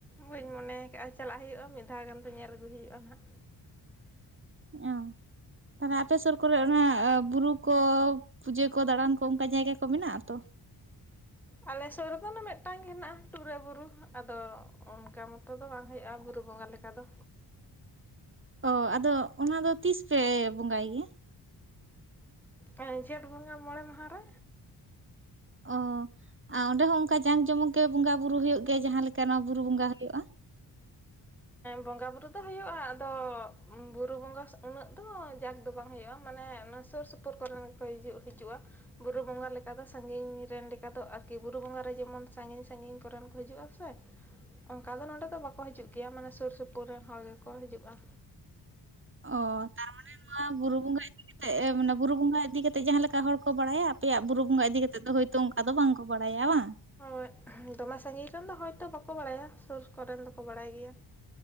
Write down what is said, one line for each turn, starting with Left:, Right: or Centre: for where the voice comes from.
Centre: ᱵᱟᱹᱧ ᱢᱚᱱᱮ ᱠᱟᱜᱼᱟ ᱪᱟᱞᱟᱜ ᱦᱩᱭᱩᱜᱼᱟ ᱢᱤᱫ ᱫᱷᱟᱣ ᱜᱟᱱ ᱫᱚ ᱧᱮᱞ ᱟᱹᱜᱩᱭ ᱦᱩᱭᱩᱜᱼᱟ ᱦᱟᱜᱼᱼ
Right: ᱚ ᱛᱟᱦᱚᱞᱮ ᱟᱯᱮ ᱥᱩᱨ ᱠᱚᱨᱮ ᱚᱱᱟ ᱵᱩᱨᱩ ᱠᱚᱼᱼ ᱯᱩᱡᱟᱹ ᱠᱚ ᱫᱟᱬᱟᱱ ᱠᱚ ᱚᱱᱠᱟ ᱡᱟᱭᱜᱟ ᱠᱚ ᱢᱮᱱᱟᱜᱼᱟ ᱛᱚ?
Centre: ᱟᱞᱮ ᱥᱩᱨ ᱨᱮᱫᱚ ᱢᱤᱫᱴᱟᱝ ᱜᱮ ᱦᱮᱱᱟᱜᱼᱟ ᱴᱩᱨᱟᱹ ᱵᱩᱨᱩ ᱟᱫᱚ ᱚᱱᱠᱟ ᱢᱚᱛᱚ ᱫᱚ ᱵᱟᱝ ᱦᱩᱭᱩᱜᱼᱟ ᱵᱩᱨᱩᱼᱼ ᱵᱚᱸᱜᱟ ᱞᱮᱠᱟ ᱫᱚ᱾
Right: ᱚ ᱟᱫᱚ ᱚᱱᱟ ᱫᱚ ᱛᱤᱥ ᱯᱮ ᱵᱚᱸᱜᱟᱭ ᱜᱮᱭᱟ?
Centre: ᱚᱱᱮ ᱡᱷᱮᱸᱴ ᱵᱚᱸᱜᱟ ᱢᱚᱬᱮ ᱢᱟᱦᱟ ᱨᱮ᱾
Right: ᱚ ᱟᱨ ᱚᱸᱰᱮ ᱦᱚᱸ ᱚᱱᱠᱟ ᱡᱟᱠ ᱡᱚᱢᱚᱠ ᱜᱮ ᱵᱚᱸᱜᱟ ᱵᱩᱨᱩ ᱦᱩᱭᱩᱜ ᱜᱮᱭᱟ ᱡᱟᱦᱟᱸ ᱞᱮᱠᱟ ᱱᱚᱣᱟ ᱵᱩᱨᱩ ᱵᱚᱸᱜᱟ ᱦᱩᱭᱩᱜᱼᱟ?
Centre: ᱵᱚᱸᱜᱟ ᱵᱩᱨᱩ ᱫᱚ ᱦᱩᱭᱩᱜᱼᱟ ᱟᱫᱚ ᱵᱩᱨᱩ ᱵᱚᱸᱜᱟ ᱩᱱᱟᱹᱜ ᱫᱚ ᱡᱟᱠ ᱫᱚ ᱵᱟᱝ ᱦᱩᱭᱩᱜᱼᱟ ᱢᱟᱱᱮᱼᱼ ᱥᱩᱨ ᱥᱩᱯᱩᱨ ᱠᱚᱨᱮ ᱠᱚ ᱦᱤᱡᱩᱜ ᱦᱤᱡᱩᱜᱼᱟ᱾ ᱵᱩᱨᱩ ᱵᱚᱸᱜᱟ ᱞᱮᱠᱟ ᱫᱚ ᱥᱟᱺᱜᱤᱧ ᱨᱮᱱ ᱞᱮᱠᱟ ᱫᱚ ᱟᱨᱠᱤ ᱵᱩᱨᱩ ᱵᱚᱸᱜᱟ ᱨᱮ ᱡᱮᱢᱚᱱ ᱥᱟᱺᱜᱤᱧ ᱥᱟᱺᱜᱤᱧ ᱠᱚᱨᱮᱱ ᱠᱚ ᱦᱤᱡᱩᱜᱼᱟᱼᱼ ᱥᱮ ᱚᱱᱠᱟ ᱫᱚ ᱱᱚᱰᱮ ᱫᱚ ᱵᱟᱠᱚ ᱦᱤᱡᱩᱜ ᱜᱮᱭᱟ ᱢᱟᱱᱮ ᱥᱩᱨ ᱥᱩᱯᱩᱨ ᱨᱮᱱ ᱦᱚᱲ ᱜᱮᱠᱚ ᱦᱤᱡᱩᱜᱼᱟ᱾
Right: ᱚ ᱛᱟᱨᱢᱟᱱᱮ ᱱᱚᱣᱟ ᱵᱩᱨᱩ ᱵᱚᱸᱜᱟ <unintelligible> ᱼᱼ <unintelligible> ᱢᱟᱱᱮ ᱵᱩᱨᱩ ᱵᱚᱸᱜᱟ ᱤᱫᱤ ᱠᱟᱛᱮᱜ ᱡᱟᱦᱟᱸ ᱞᱮᱠᱟ ᱦᱚᱲ ᱠᱚ ᱵᱟᱲᱟᱭᱟ ᱟᱯᱮᱭᱟᱜ ᱵᱩᱨᱩ ᱵᱚᱸᱜᱟ ᱤᱫᱤ ᱠᱟᱛᱮ ᱫᱚ <unintelligible> ᱼᱼ ᱛᱚ ᱚᱱᱠᱟ ᱫᱚ ᱵᱟᱝ ᱠᱚ ᱵᱟᱲᱟᱭᱟ ᱵᱟᱝ?
Centre: ᱦᱳᱭ ᱾ᱫᱚᱢᱮ ᱥᱟᱺᱜᱤᱧ ᱨᱮᱱ ᱫᱚ ᱦᱚᱭᱛᱚ ᱵᱟᱠᱚ ᱵᱟᱲᱟᱭᱟ ᱥᱩᱨ ᱠᱚᱨᱮᱱ ᱫᱚᱠᱚ ᱵᱟᱲᱟᱭ ᱜᱮᱭᱟ᱾